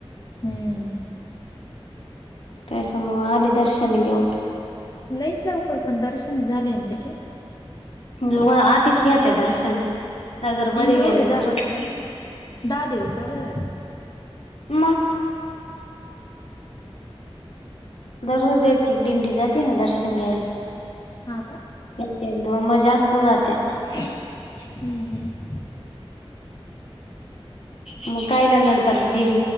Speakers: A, on the left; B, on the left.
A: हम्म
B: त्याच्यामुळ आली दर्शन घेऊन
A: लईच लवकर पण दर्शन झाले न तिचे
B: म्हणलं वया आधीच घेत्या दर्शन नगर मध्ये
A: एवढे
B: गेल्यावर
A: दा
B: उरच काय
A: दहा दिवस अगोदरच
B: म दररोज एक एक दिंडी जाती ना दर्शन घ्यायला.
A: हा का
B: एक एक दोन म जास्त जात्या
A: हम् हम्
B: म कायल्या नंतर दिंन